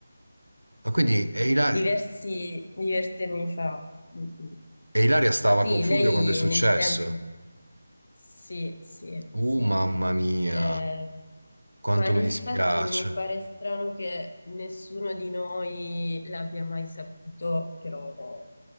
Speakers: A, on the right; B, on the left.
A: Ma quindi, e Ilaria,
B: diversi, diversi anni fa. Mm, mm.
A: e Ilaria stava
B: Sì,
A: con Fulvio
B: lei
A: quando è successo?
B: nel tempo. Sì, sì,
A: Uh,
B: sì.
A: mamma mia,
B: Eh,
A: quanto
B: ma
A: mi
B: infatti
A: dispiace.
B: mi pare strano che nessuno di noi l'abbia mai saputo, però